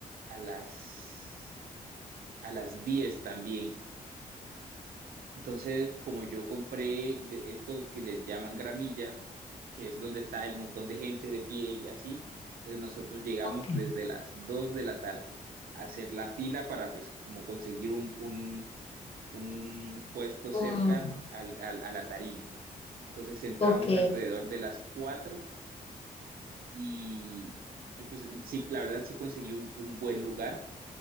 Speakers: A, on the right (about 80°); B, on the left (about 40°).
A: a las a las 10 también. Entonces, como yo compré g- esto que les llaman gramilla, que es donde está el montón de gente de pie y así, entonces nosotros llegamos
B: ok,
A: desde las 2 de la tarde a hacer la fila para pues como conseguir un, un un puesto cerca
B: Mm,
A: al, al- a la tarima. Entonces entramos
B: ok,
A: alrededor de las 4 y, y pues sí, la verdad sí conseguí un, un buen lugar,